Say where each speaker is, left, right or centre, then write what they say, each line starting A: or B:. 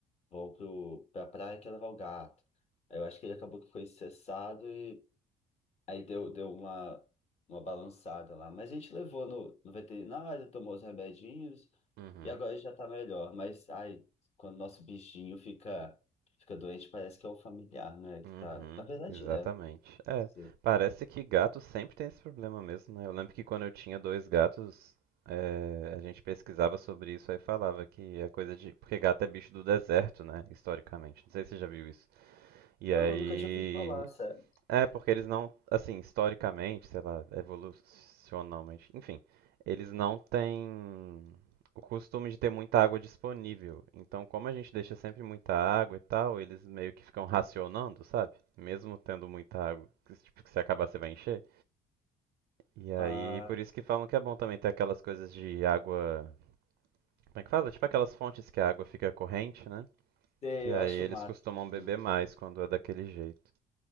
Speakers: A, on the left; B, on the right.
A: vou pro, pra praia que ia levar o gato. Aí eu acho que ele acabou que foi cessado e aí deu, deu uma, uma balançada lá. Mas a gente levou no, no veterinário, tomou os remedinhos
B: uhum,
A: e agora já tá melhor. Mas, ai, quando nosso bichinho fica, fica doente, parece que é um familiar, né? Que
B: uhum,
A: tá... Na verdade
B: exatamente.
A: é.
B: É,
A: Sim.
B: parece que gato sempre tem esse problema mesmo, né? Eu lembro que quando eu tinha dois gatos, é, a gente pesquisava sobre isso aí falava que é coisa de. Porque gato é bicho do deserto, né? Historicamente. Não sei se você já viu isso. E
A: Não,
B: aí
A: eu nunca tinha ouvido falar, sério.
B: É, porque eles não, assim, historicamente, sei lá, evolucionalmente, enfim, eles não têm o costume de ter muita água disponível. Então, como a gente deixa sempre muita água e tal, eles meio que ficam racionando, sabe? Mesmo tendo muita água, que, tipo, que se acabar você vai encher. E aí,
A: Ah,
B: por isso que falam que é bom também ter aquelas coisas de água, como é que fala? Tipo aquelas fontes que a água fica corrente, né?
A: sei,
B: Que aí
A: eu acho
B: eles
A: massa.
B: costumam
A: aquilo.
B: beber mais quando é daquele jeito.